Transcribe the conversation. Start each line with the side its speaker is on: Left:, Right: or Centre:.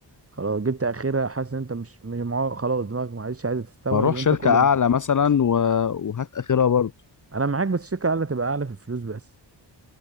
Right: خلاص جبت اخرها حاسس ان انت مش مش معاه خلاص دماغك معلش عايزه تستوعب
Left: ما اروح
Right: ان انت
Left: شركة
Right: كل
Left: اعلى مثلا و... وهات اخرها برضه
Right: انا معاك بس الشركه اعلى تبقى اعلى في الفلوس بس